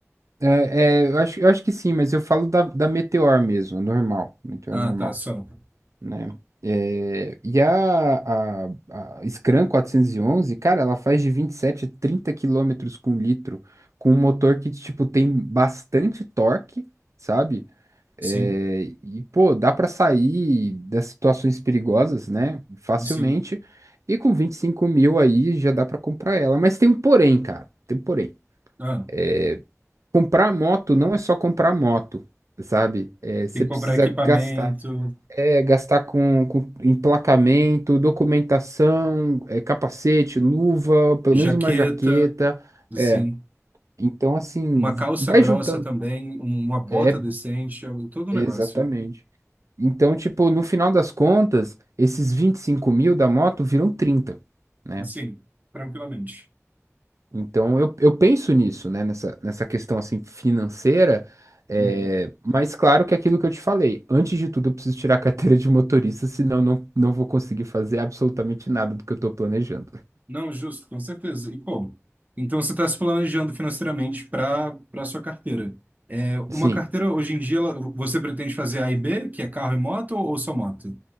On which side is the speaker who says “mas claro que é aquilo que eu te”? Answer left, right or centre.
Right